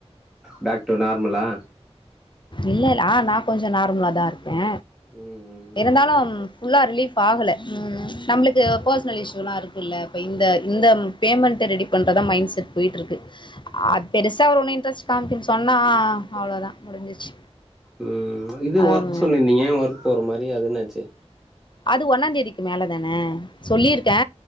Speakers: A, in the centre; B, on the left (about 45°).
A: பேக் டூ நார்மலா
B: இல்ல இல்ல ஆ நா கொஞ்சோ நார்மலா தா இருக்கே
A: உம் உம்
B: இருந்தாலு ஃபுல்லா ரிலீஃப் ஆகல உம் உம் நம்மளுக்கு பர்சனல் இஷ்யூல்லா இருக்குல்ல இப்ப இந்த இந்த பேமெண்ட்ட ரெடி பண்றதா மைண்ட் செட் போயிட்டு இருக்கு அ பெருசா அவரு ஒண்ணும் இன்ட்ரெஸ்ட் காமிக்கல சொன்னா ஆ ஆ அவ்ளோதா முடிஞ்சிச்சு
A: ம் இது
B: ஆமா
A: ஒர்க் சொல்லிருந்தீங்க ஒர்க் போற மாறி அது என்னாச்சு
B: அது ஒன்னாந் தேதிக்கு மேலதானே சொல்லியிருக்கே